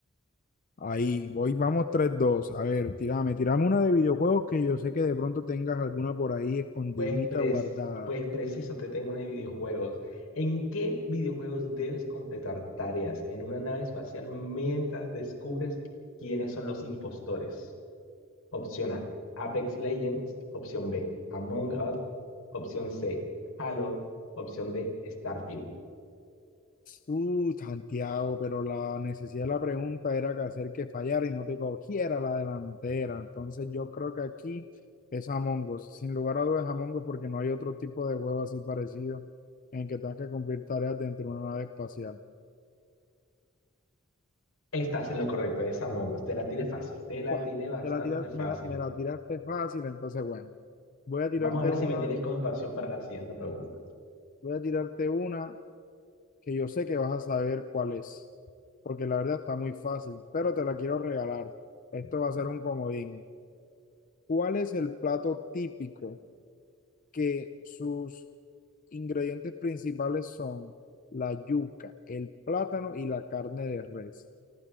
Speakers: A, on the left; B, on the left.
A: Ahí, voy, vamos tres, dos, A ver, tirame, tirame una de videojuegos que yo sé que de pronto tengas alguna por ahí escondidita,
B: Pues, pres-
A: guardada.
B: pues preciso, te tengo una de videojuegos. ¿En qué videojuegos debes completar tareas en una nave espacial mientras descubres quiénes son los impostores? Opción A, Apex Legends. Opción B, Among Us. Opción C, Halo. Opción D, Starfield.
A: Uh, Santiago, pero la necesidad de la pregunta era que hacer que fallara y no te cogiera la delantera. Entonces yo creo que aquí es Among Us. Sin lugar a dudas Among Us porque no hay otro tipo de juego así parecido en que tengas que cumplir tareas dentro de una nave espacial.
B: Estás en lo correcto, es Among Us. Te la tiré fácil, te la
A: ¡Guau!
B: tiré bastante
A: te la tira-
B: fácil.
A: me la, me la tiraste fácil, entonces bueno, voy a tirarte
B: Vamos a ver
A: una,
B: si me tienes compasión para la siguiente pregunta.
A: voy a tirarte una. que yo sé que vas a saber cuál es, porque la verdad está muy fácil, pero te la quiero regalar. Esto va a ser un comodín. ¿Cuál es el plato típico que sus ingredientes principales son la yuca, el plátano y la carne de res?